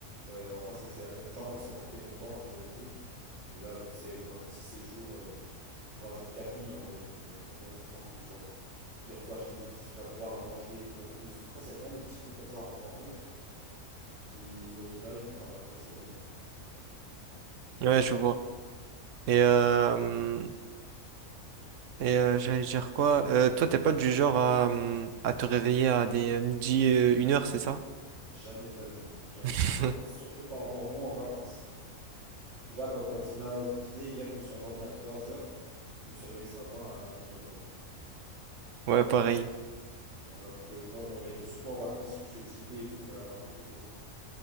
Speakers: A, on the right; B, on the right.
A: euh, on va pas se casser la tête. Tu vois, encore si on partait longtemps, je t'aurais dit. Mais là, vu que c'est un petit séjour, euh, on va rester quatre nuits en vrai, donc euh, vaut mieux rester tranquille, tu vois. C'est-à-dire faut acheter des petits trucs à boire, à manger et tout en plus. Donc je pense qu'il y a plein de petits coups comme ça à prendre en compte qui, au final, servent presque au même.
B: Ouais, je vois. Et euh, hmm, Et euh, j'allais dire quoi? Euh, toi, t'es pas du genre à, hum, à te réveiller à des euh, midi, euh, une heure, c'est ça?
A: Jamais de la vie, non, jamais,
B: <laughs>
A: t'inquiète pas. Surtout pas, encore moins en vacances. Déjà, pas pas te donner un ordre d'idée, hier je me suis endormi à trois heures, je me suis réveillé ce matin à neuf heures.
B: Ouais, pareil.
A: Voilà, je, je- moi je me réveille tout, surtout en vacances, que je suis excité et tout, je me réveille encore plus tôt.